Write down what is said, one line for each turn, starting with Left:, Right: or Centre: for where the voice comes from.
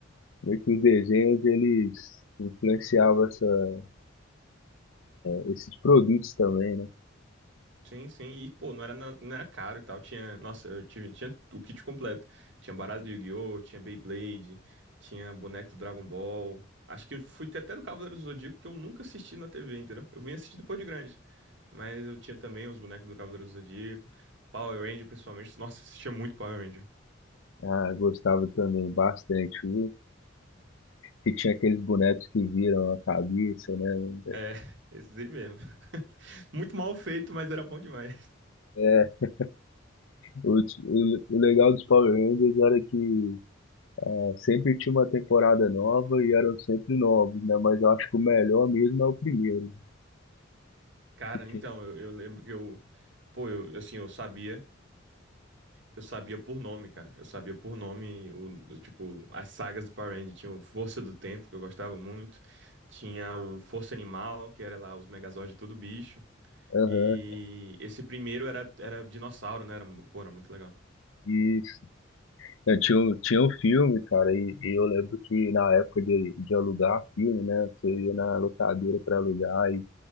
Left: meio que os desenhos eles influenciavam essa, esses produtos também, né?
Right: Sim, sim. E, pô, não era, na- não era caro e tal. Tinha, nossa, eu tive, tinha o kit completo. Tinha baralho do Yu-Gi-Oh!, tinha Beyblade, tinha boneco do Dragon Ball. Acho que eu fui ter até do Cavaleiro do Zodíaco, que eu nunca assisti na TV, entendeu? Eu vim assistir depois de grande. Mas eu tinha também os bonecos do Cavaleiro do Zodíaco, Power Ranger, principalmente. Nossa, eu assistia muito Power Ranger.
Left: Ah, gostava também bastante, viu? Que tinha aqueles bonecos que viram a cabeça, né?
Right: É, <laughs> esses aí mesmo. <laughs> Muito mal feito, mas era bom demais.
Left: É, o, o, o legal dos Power Rangers era que É, Sempre tinha uma temporada nova e eram sempre novos, né? Mas eu acho que o melhor mesmo é o primeiro. né?
Right: Cara,
Left: Que tinha.
Right: então, eu, eu lembro que eu. Pô, eu, assim, eu sabia. Eu sabia por nome, cara. Eu sabia por nome, o, o, tipo, as sagas do Power Rangers. Tinha o Força do Tempo, que eu gostava muito. Tinha o Força Animal, que era lá os Megazords de todo bicho.
Left: Aham,
Right: E esse primeiro era, era dinossauro, né? Era, pô, era muito legal.
Left: isso. Eu tinha, um- tinha um filme, cara, e, e eu lembro que na época de, de alugar filme, né? Você ia na locadora pra alugar e